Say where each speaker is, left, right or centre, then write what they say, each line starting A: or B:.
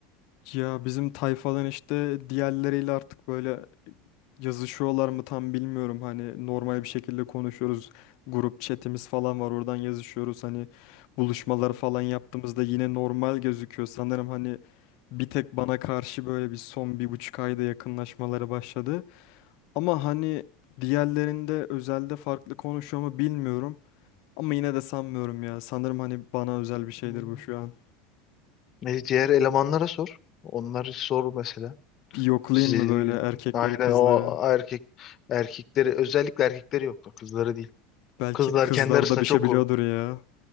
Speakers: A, on the left; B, on the left.
A: Ya bizim tayfadan işte diğerleriyle artık böyle yazışıyorlar mı tam bilmiyorum. Hani normal bir şekilde konuşuyoruz. Grup chatimiz falan var oradan yazışıyoruz. Hani buluşmalar falan yaptığımızda yine normal gözüküyor. Sanırım hani bir tek bana karşı böyle bir son bir buçuk ayda yakınlaşmaları başladı. Ama hani diğerlerinde özelde farklı konuşuyor mu bilmiyorum. Ama yine de sanmıyorum ya. Sanırım hani bana özel bir şeydir
B: hı.
A: bu şu an.
B: E, diğer elemanlara sor. Onları sor mesela.
A: Bir yoklayayım
B: Sizi,
A: mı böyle erkekleri
B: aynen
A: kızları?
B: o erkek erkekleri özellikle erkekleri yoktu. Kızları değil.
A: Belki
B: Kızlar
A: kızlar
B: kendi arasında
A: da bir
B: çok
A: şey biliyordur
B: o.
A: ya.